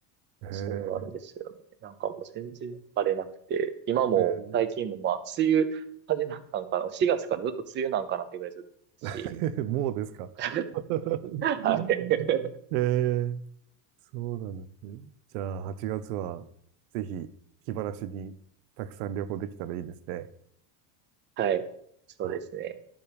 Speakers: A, on the right (about 75°); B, on the right (about 25°).
A: えー、
B: そうなんですよね。なんかもう全然晴れなくて、今も最近もまあ、
A: え
B: 梅雨始まったんかな。4月からずっと梅雨なんかなってぐらいずっとし。
A: ー <laughs> もうですか。
B: <laughs>
A: <laughs>
B: はい。
A: えー、そうなんですね。じゃあ、8月はぜひ気晴らしにたくさん旅行できたらいいですね。
B: はい。そうですね。
A: あ